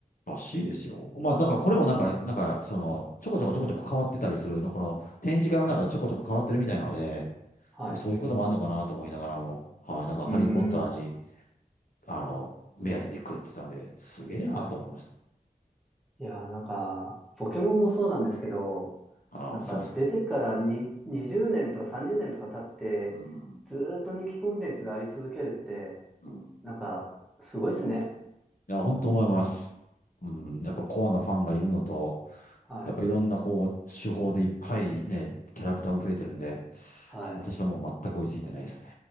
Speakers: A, on the left; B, in the centre.
A: らしいですよ。まあ、なんかこれもなんか、なんか、その、ちょこちょこちょこちょこ変わってたりするの、この展示会もなんかちょこちょこ変わってるみたいなので、
B: はい。はい。
A: まあ、そういうこともあるのかなと思いながらも、
B: う
A: はい、なんかハリー・
B: ーん。
A: ポッターに、あの、目当てで来るって言ってたんで、すげえなと思います。
B: はい。いやー、なんか、ポケモンもそうなんですけど、
A: ああ、
B: なんか出てからに20年とか30年とか経って、
A: そう。うん。
B: ずーっと人気コンテンツであり続けるって、
A: うん
B: なんかすごいっすね。
A: いや、本当思います。うん、やっぱコアなファンがいるのと、
B: はい。
A: やっぱいろんなこう、手法でいっぱいね、キャラクターも増えてるんで、
B: うん。はい。
A: 私はもう全く追いついてないですね。